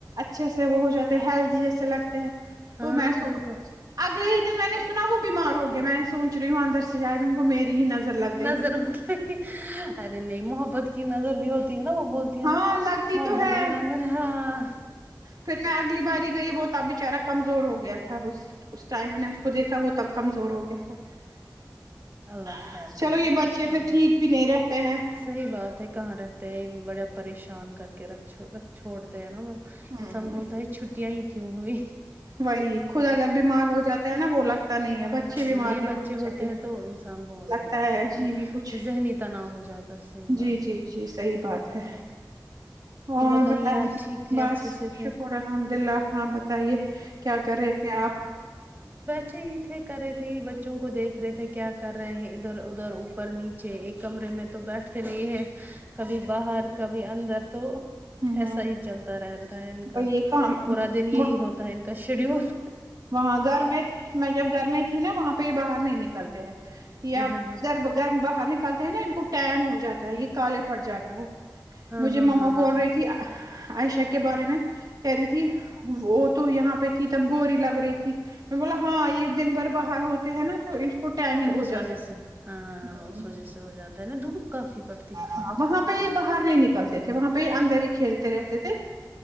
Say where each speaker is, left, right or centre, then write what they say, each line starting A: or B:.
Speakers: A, on the right; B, on the right.
A: جیسے وہ ہو جاتے ہیلدی جیسے لگتے ہیں
B: ہاں
A: تو میں سو
B: بالکل
A: اگلے ہی دن میں نے سنا وہ بیمار ہو گیا میں نے سوچ رہی ہوں اندر سے شاید انکو میری ہی نظر لگ
B: نظر
A: گئی
B: مطلب ارے نہیں محبت کی نظر بھی ہوتی ہے نا وہ تی
A: ہاں
B: نا
A: لگتی
B: محبت
A: تو ہے
B: کی نظر ہاں
A: پھر میں اگلی باری گئی وہ تب بچارہ کمزور ہو گیا تھا اس ٹائم میں نے اس کو دیکھا وہ تب کمزور ہو گیا تھا
B: اللہ خیر کرے
A: چلو یہ
B: گا
A: بچے
B: انشاء
A: پھر
B: اللہ
A: ٹھیک بھی نہیں رہتے ہیں
B: صحیح بات ہے کہاں رہتے ہیں یہ بھی بڑا پریشان کر کے رکھ رکھ چھوڑتے ہیں نا ب
A: ہوں
B: انسان بولتا ہے چھٹیاں ہی کیوں ہوئی
A: وہی خود اگر بیمار ہو جا تا ہے نا بولا پ نہیں ہے بچے بیمار
B: یہ
A: نہیں
B: بچے
A: ہونے
B: ہوتے
A: چاہیے
B: ہیں تو انسان بہت
A: لگتا
B: ہو جاتا
A: ہے عجیب
B: ہے
A: ہی کچھ
B: ذہنی تناؤ ہو جاتا ہے صحیح بات
A: جی جی
B: ہے
A: جی صحیح بات ہے اور
B: بتائیے
A: بتاے
B: آپ ٹھیک تھے
A: بس
B: اچھے سے تھے
A: شکر الحمد اللہ ہاں بتائیے کیا کر رہے تھے آپ
B: اچھے ہی تھے کر رہے تھے بچوں کو دیکھ رہے تھے کیا کر رہے ہیں ادھر ادھر اوپر نیچے ایک کمرے میں تو بیٹھتے نہیں ہے کبھی باہر کبھی اندر تو
A: ہوں
B: ایسا ہی چلتا رہتا ہے ان کا
A: بھائی یہ کام
B: پورا دن یہی
A: وہ-
B: ہو تا ان کا شیڈیول
A: وہاں گھر میں میں جب گھر میں تھی نا وہاں پہ یہ باہر نہیں نکلتے ہیں یا
B: ہاں
A: اب
B: ہاں ہاں
A: ادھر گھر باہر نکلتے ہیں نا ان کو ٹین ہو جاتا ہے یہ کالے پڑ جاتے ہیں
B: ہاں
A: مجھے
B: ہاں
A: مما
B: ہاں ہاں
A: بول
B: ہاں
A: رہی عائشہ کے بارے میں کہہ رہی تھی وہ تو یہاں پہ تھی تب گوری لگ رہی تھی میں بولا ہاں یہ دن بھر باہر ہو ہوتے ہیں نا تو ان کو ٹیننگ
B: تو اس
A: جاتی
B: وجہ سے ہاں
A: ہے۔
B: اس وجہ سے ہو جاتا ہے نا دھوپ کافی پڑ
A: ہاں وہاں پہ باہر نہیں نکلتے تھے وہاں پہ یہ اندر ہی کھیلتے رہتے تھے